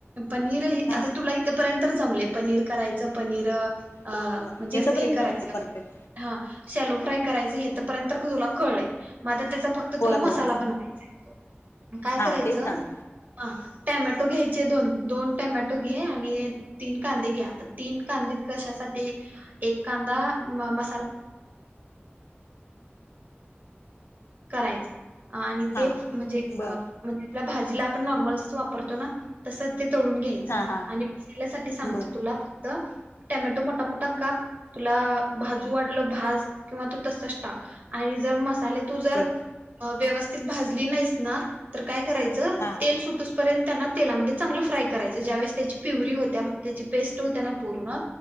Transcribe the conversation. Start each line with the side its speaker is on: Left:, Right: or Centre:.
Right: पनीर
Left: हा
Right: आता तुला इथपर्यंत जमले. पनीर करायच. पनीर अ
Left: होय होय
Right: म्हणजे
Left: तिथपर्यंत
Right: अस हे करायच.
Left: जमले परफेक्ट
Right: हा शॅलो फ्राय करायच इथपर्यंत तर तुला कळलय. मग आता त्याच फक्त तर
Left: होय
Right: तुला मसाला
Left: होय होय
Right: बनवायचा आहे. काय
Left: हा
Right: करायच
Left: तेच
Right: हा,
Left: सांग
Right: टॅमॅटो घ्यायचे दोन. दोन टॅमॅटो घे आणि तीन कांदे घे आता. तीन कांदे कशासाठी, एक कांदा म मसाला करायच आणि ते
Left: हा
Right: म्हणजे
Left: बर
Right: म्हणजे आपल्या भाजीला आपण नॉर्मलचच वापरतो ना, तस ते तळुन घ्यायच.
Left: हा हा
Right: आणि मसाल्यासाठी सांगते
Left: बर
Right: तुला. टेमॅटो मोठा मोठा काप. तुला भाजू वाटल भाज. किंवा तू तसच टाक. आणि जर मसाले तू जर
Left: बर
Right: व्यवस्थित भाजली नाहीस ना, तर काय करायच
Left: हा
Right: तेल सुटूस पर्यंत ना तेलामध्ये चांगल फ्राय करायच. ज्यावेेळेस त्याची प्युरी होत्या, त्याची पेस्ट होत्या ना पूर्ण